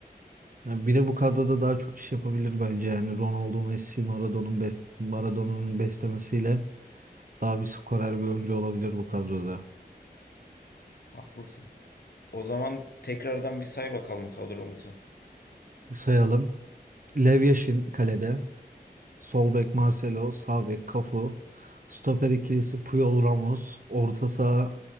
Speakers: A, on the right; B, on the left.
A: Ya bir de bu kadroda daha çok iş yapabilir bence yani Ronaldo, Messi, Maradona'nın bes Maradona'nın beslemesiyle daha bir skorer bir oyuncu olabilir bu kadroda.
B: Haklısın. O zaman tekrardan bir say bakalım kadromuzu.
A: Sayalım. Lev Yashin kalede. Sol bek Marcelo, sağ bek Cafu, stoper ikilisi Puyol Ramos, orta saha